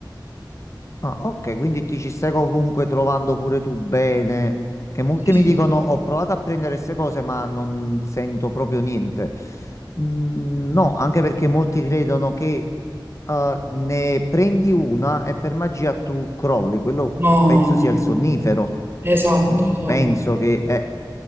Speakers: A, on the left (about 40°); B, on the right (about 30°).
A: Ah, ok, quindi ti ci stai comunque trovando pure tu bene. Che molti
B: Sì, sì.
A: mi dicono: Ho provato a prendere queste cose, ma non sento proprio niente. Mm, no, anche perché molti credono che eh, ne prendi una e per magia tu crolli. Quello
B: No,
A: penso
B: no,
A: sia il
B: no.
A: sonnifero.
B: Esatto,
A: Non
B: esatto.
A: penso che è.